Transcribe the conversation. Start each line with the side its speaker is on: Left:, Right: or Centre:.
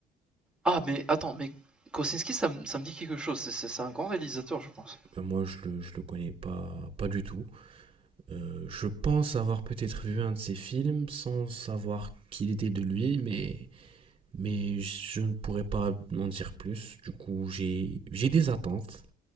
Centre: Ah, mais attends, mais Kosinski, ça, me- ça me dit quelque chose. c'est- c'est un grand réalisateur, je pense.
Right: ben moi, je le, je le connais pas, pas du tout. Euh, je pense avoir peut-être vu un de ses films sans savoir qu'il était de lui, mais, mais je ne pourrais pas en dire plus. Du coup, j'ai, j'ai des attentes.